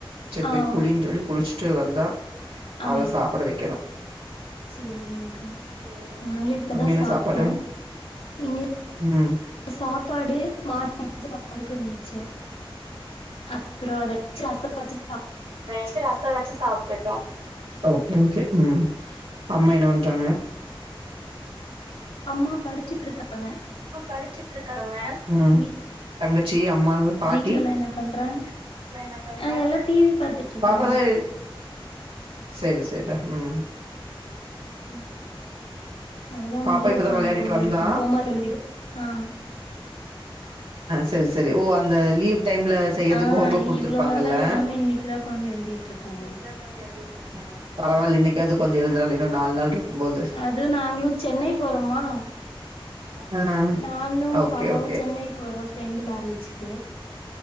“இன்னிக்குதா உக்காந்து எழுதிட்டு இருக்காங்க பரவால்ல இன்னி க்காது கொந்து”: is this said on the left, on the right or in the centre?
Right